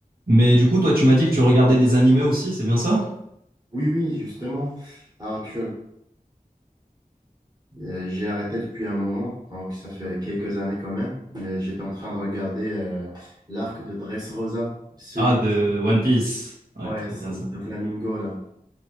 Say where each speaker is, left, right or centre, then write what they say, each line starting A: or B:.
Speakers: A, on the right; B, on the right.
A: Mais du coup, toi, tu m'as dit que tu regardais des animés aussi, c'est bien ça?
B: Oui, oui, justement. Alors, actuellement, euh, j'ai arrêté depuis un moment, donc ça fait quelques années quand même. Euh, J'étais en train de regarder euh, l'arc de Dressrosa, celui
A: Ah, de
B: de...
A: One Piece. Ouais,
B: Ouais,
A: trop
B: c'est
A: bien ça.
B: de Flamingo, là.